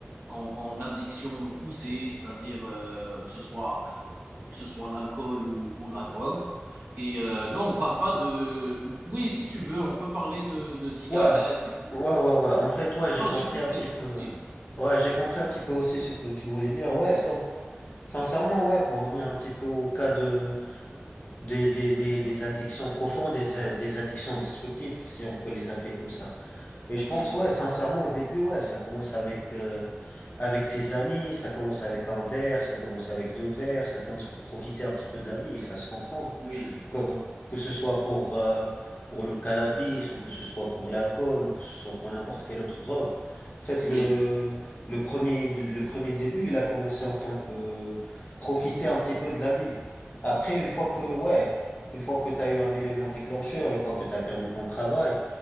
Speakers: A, on the right; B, on the left.
A: en, en addiction poussée, c'est-à-dire euh, que ce soit que ce soit l'alcool ou, ou la drogue. Et euh, non, on parle pas de. Oui, si tu veux, on peut parler de, de cigarettes
B: Ouais,
A: et tout.
B: ouais, ouais, ouais. En fait, ouais, j'ai
A: Non,
B: compris
A: j'ai compris,
B: un petit
A: j'ai
B: peu.
A: compris.
B: Ouais, j'ai compris un petit peu aussi ce que tu voulais dire. Ouais, sin- sincèrement, ouais, pour revenir un petit peu au cas de, des, des, des, des addictions profondes, des, a- des addictions destructives, si on peut les appeler comme ça. Et je
A: Oui,
B: pense, ouais, sincèrement, au début, ouais, ça commence avec, euh, avec tes amis, ça commence avec un verre, ça commence avec deux verres, ça commence pour profiter un petit peu de la vie, et ça se comprend
A: oui,
B: que, que ce soit pour, euh, pour le cannabis ou que ce soit pour l'alcool ou que ce soit pour n'importe quelle autre drogue. En fait,
A: oui,
B: le, le premier, le premier début, il a commencé en tant que profiter un petit peu de la vie. Après, une fois que, ouais, une fois que tu as eu un élément déclencheur, une fois que tu as perdu ton travail,